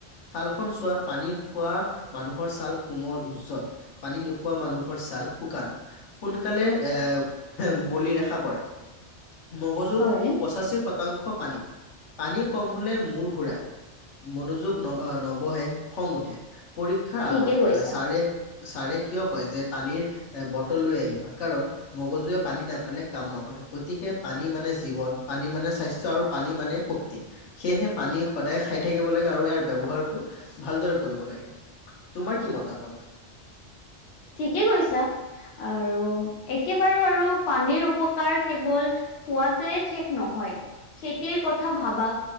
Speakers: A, on the left; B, on the left.
A: ছাল খন চোৱা পানী খোৱা মানুহৰ ছাল কোমল উজ্জ্বল, পানী নো খোৱা মানুহৰ ছাল শুকান, সোনকালে এ বলি ৰেখা পৰে। মগজুৰ
B: হয়।
A: পঁচাশী শতাংশ পানী। পানী কম হলে মূৰ ঘূৰাই। মনোযোগ ন নবহে খং উঠে পৰীক্ষাৰ
B: ঠিকে
A: আগত
B: কৈছা,
A: চাৰে ছাৰে কিয় কয় যে পানীৰ এ বটল লৈ আহিবা কাৰণ মগজুৱে পানী নাপালে কাম নকৰে, গতিকে পানী মানে জীৱন পানী মানে স্বাস্থ্য আৰু পানী মানে শক্তি। সেয়েহে পানী সদায় খায় থাকিব লাগে, আৰু ইয়াৰ ব্যৱহাৰটো ভালদৰে কৰিব লাগে। তোমাৰ কি মতামত?
B: ঠিকেই কৈছা আৰু একেবাৰো আৰু পানীৰ উপকাৰ কেৱল খোৱাতে শেষ নহয় খেতিৰ কথা ভাবা